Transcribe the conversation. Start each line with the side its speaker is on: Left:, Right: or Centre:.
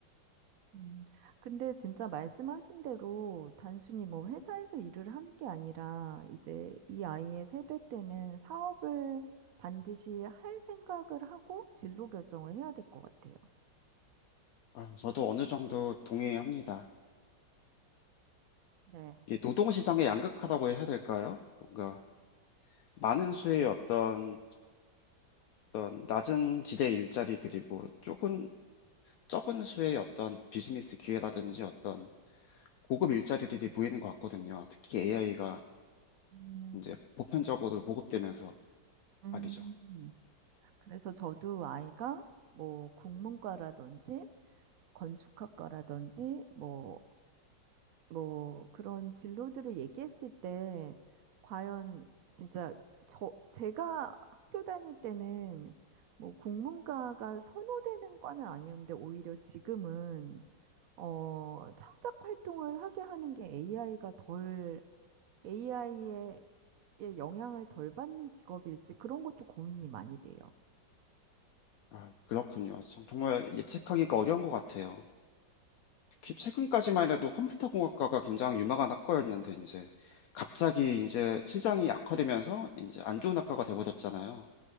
Right: 음, 근데 진짜 말씀하신 대로 단순히 뭐 회사에서 일을 하는 게 아니라 이제 이 아이의 세대 때는 사업을 반드시 할 생각을 하고 진로 결정을 해야 될 것 같아요.
Left: 아, 저도 어느 정도 동의합니다.
Right: 네.
Left: 이 노동시장의 양극화라고 해야 될까요? 뭔가 많은 수의 어떤 어떤 낮은 지대 일자리 그리고 조금 적은 수의 어떤 비즈니스 기회라든지 어떤 고급 일자리들이 보이는 것 같거든요. 특히 AI가
Right: 음,
Left: 이제 보편적으로 보급되면서
Right: 음.
Left: 말이죠.
Right: 그래서 저도 아이가 뭐 국문과라든지 뭐 건축학과라든지 뭐, 뭐 그런 진로들을 얘기했을 때 과연 진짜 저, 제가 학교 다닐 때는 뭐 국문과가 선호되는 과는 아니었는데 오히려 지금은 어, 창작 활동을 하게 하는 게 AI가 덜 AI의 영향을 덜 받는 직업일지 그런 것도 고민이 많이 돼요.
Left: 아, 그렇군요. 정- 정말 예측하기가 어려운 것 같아요. 기- 최근까지만 해도 컴퓨터 공학과가 굉장히 유망한 학과였는데 이제 갑자기 이제 시장이 악화되면서 이제 안 좋은 학과가 돼버렸잖아요.